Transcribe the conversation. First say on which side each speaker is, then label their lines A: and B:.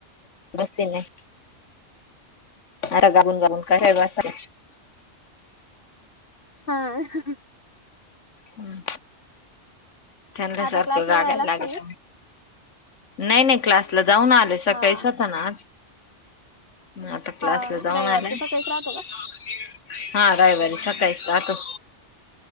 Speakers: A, on the left; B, on the left.
A: बस <unintelligible> <unintelligible>
B: हा <unintelligible>
A: हम्, त्यानला
B: आता
A: सारखं
B: क्लासला
A: <unintelligible>
B: जायला असतील
A: लागतं.
B: ना?
A: नाही, नाही. क्लासला जाऊन आले सकाळीच
B: हा
A: होता ना आज. आता क्लासला
B: हा ना
A: जाऊन
B: रविवारच्या
A: आला.
B: सकाळीच राहतो का?
A: <inaudible> हा रविवारी सकाळी जातो.